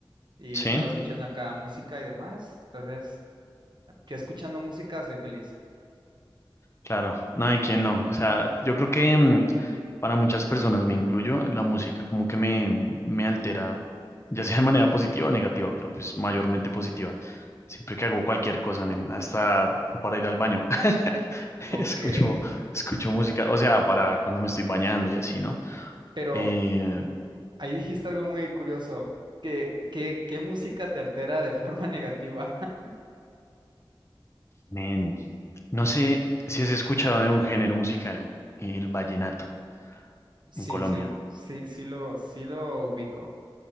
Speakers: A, on the right; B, on the left.
A: y
B: Sí,
A: estaba escuchando acá música y demás. Entonces, yo escuchando música soy feliz.
B: claro. No, ¿y quién no? O sea, yo creo que mm, para muchas personas, me incluyo, la música como que me, me altera, ya sea de manera positiva o negativa, pero pues mayormente positiva. Siempre que hago cualquier cosa, men, hasta para ir al baño, <laughs>
A: Ok,
B: escucho, escucho música, o sea, para cuando me estoy bañando y así, ¿no?
A: pero
B: Eh,
A: ahí dijiste algo muy curioso. ¿Qué, qué, qué música te altera de forma <laughs> negativa? <laughs>
B: Men, no sé si has escuchado de un género musical, el vallenato,
A: Sí,
B: en Colombia.
A: sí, sí, sí lo, sí lo ubico.